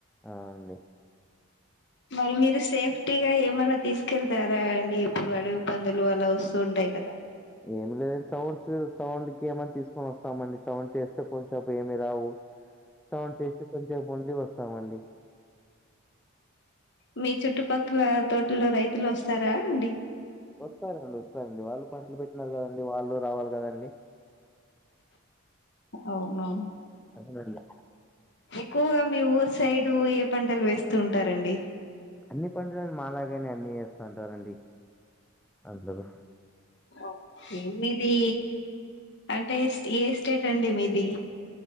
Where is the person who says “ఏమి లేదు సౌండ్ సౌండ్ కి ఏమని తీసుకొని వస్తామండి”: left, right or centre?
Centre